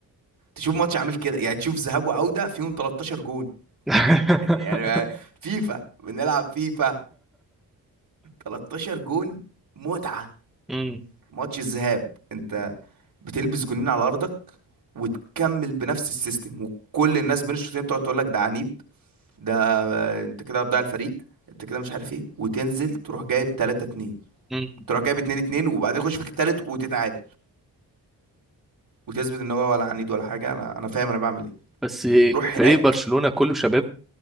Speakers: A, on the right; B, in the centre.
A: تشوف ماتش عامل كده يعني تشوف ذهاب وعوده فيهم 13 جون
B: <laughs>
A: يعني يعني فيفا بنلعب فيفا 13 جون متعه
B: امم
A: ماتش الذهاب انت بتلبس جونين على ارضك وتكمل بنفس السيستم وكل الناس بين الشوطين تقعد تقول لك ده عنيد ده آه، انت كده هتضيع الفريق انت كده مش عارف ايه وتنزل تروح جايب 3 2
B: امم
A: تروح جايب 2 2 وبعدين يخش فيك التالت وتتعادل وتثبت ان هو ولا عنيد ولا حاجه انا انا فاهم انا بعمل ايه
B: بس
A: روح
B: فريق
A: هناك
B: برشلونه كله شباب